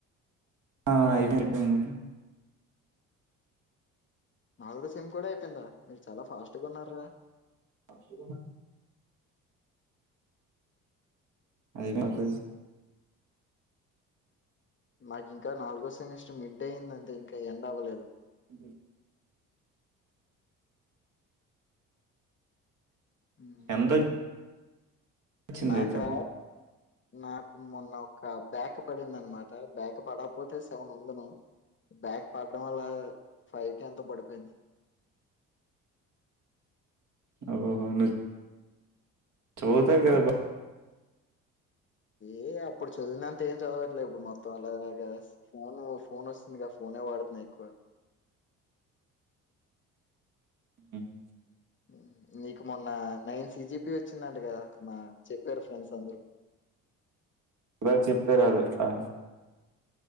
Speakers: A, on the right (about 50°); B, on the left (about 30°).
A: ఆ అయిపోయింది
B: నాలుగో సెమ్ కూడా అయిపోయిందా మీరు చాలా ఫాస్ట్గా ఉన్నారా
A: పకున్నా అయిపోయినాయి రే
B: మాకు ఇంకా నాలుగో సెమిస్టర్ మిడ్ అయింది అంతే ఇంకా ఎండ్ అవ్వలేదు
A: ఉహూ
B: ఉమ్
A: ఎంత వచ్చింది
B: నాకా
A: అయితే
B: నాకు మొన్న ఒక బ్యాక్ పడిందనమాట బ్యాక్ పడకపోతే సెవన్ ఉందని బ్యాక్ పడడం వల్ల ఫైవ్ కే అంత పడిపోయింది
A: ఓహో ను చోత క బా
B: ఏ అప్పుడు చదివినంత ఏం చదవట్లేదు ఇప్పుడు మొత్తం అలా ఎస్ ఫోన్ ఫోన్ వస్తుందిగా ఫోనే వాడుతున్న ఎక్కువ
A: ఉమ్
B: ఉమ్ నీకు మొన్న నైన్ సిజీపిఏ వచ్చిందంట కదా మా చెప్పారు ఫ్రెండ్స్ అందరూ
A: అలా చెప్తారు వాళ్ళు ఆ